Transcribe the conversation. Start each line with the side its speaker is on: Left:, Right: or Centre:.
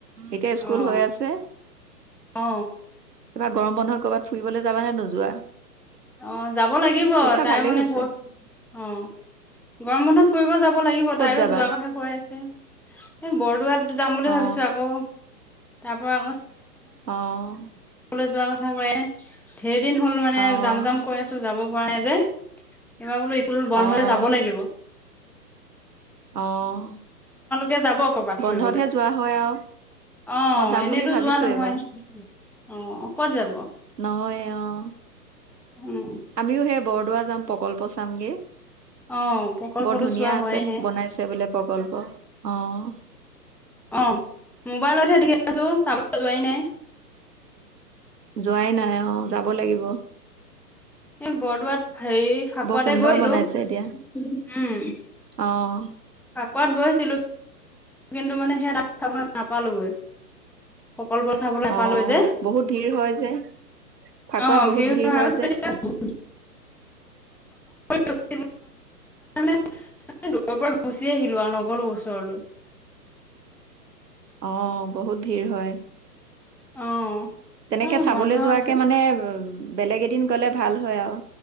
Right: এতিয়া স্কুল
Centre: অ
Right: হৈ আছে এইবাৰ
Centre: অ
Right: গৰম বন্ধত কৰ'বাত ফুৰিবলৈ যাবা নে নোযোৱা।
Centre: অ', যাব লাগিব
Right: পৰীক্ষা
Centre: তাই
Right: ভালেই
Centre: মানে
Right: হৈছে
Centre: কৈ অ', গৰম বন্ধত ফুৰিব যাব লাগিব
Right: ক'ত
Centre: তাইও
Right: যাবা
Centre: যোৱা কথা কৈ আছে। এই বৰদোৱাত যাম বুলি
Right: অ
Centre: ভাবিছো আকৌ। তাৰ পৰা
Right: অ'
Centre: স্কলৈ যোৱা কথা কয়। ধেৰদিন হ'ল মানে
Right: অ',
Centre: যাম জাম কৈ আছো যাব পৰা নাই যে এইবাৰ বোলো স্কুল
Right: অ',
Centre: বন্ধ হৈ যাব লাগিব।
Right: অ'।
Centre: কে যাব কৰ'বাত
Right: বন্ধতহে
Centre: ফুৰিবলে
Right: যোৱা হয় আৰু
Centre: অ',
Right: যাম
Centre: এনেতো
Right: বুলি ভাবিছো
Centre: যোৱা নহয়
Right: এইবাৰ
Centre: অ', ক'ত যাব
Right: নহয় অ',
Centre: উ।
Right: আমিও হে বৰ দুৱাৰ যাম প্ৰকল্প চামগে
Centre: অ' প্ৰকল্পটো
Right: বৰ ধুনীয়া
Centre: চোৱা হোৱাই
Right: আছে
Centre: নাই
Right: বনাইছে বোলে প্ৰকল্প। অ'।
Centre: অ', মোবাইলতহে দেখি আছো চাব যোৱাই নাই।
Right: যোৱাই নাই অ', যাব লাগিব।
Centre: এই বৰদোৱাত হেই ফাকুৱাতে
Right: বৰ সুন্দৰ
Centre: গৈছিলোঁ
Right: বনাইছে এতিয়া
Centre: উম।
Right: অ',
Centre: ফাকোৱাত গৈছিলো। কিন্তু মানে সেয়া ডাব নাপালৈ। প্ৰকল্প চাবলৈ নাপালো
Right: অ',
Centre: যে
Right: বহুত ভিৰ হয় যে ফাকুৱাত
Centre: অ',
Right: বহুত
Centre: ভিৰ হয় আৰু
Right: যে
Centre: <unintelligible> শুনিলো সেইকাৰে মানে দূৰৰ পৰা গুচি আহিলো আৰু নগলো ওচৰলৈ।
Right: অ' বহুত ভিৰ হয়।
Centre: অ'।
Right: তেনেকে
Centre: এ
Right: চাবলৈ
Centre: বন্ধ
Right: যোৱাকে
Centre: অ'
Right: মানে উ বেলেগ দিন গলে ভাল হয় আৰু।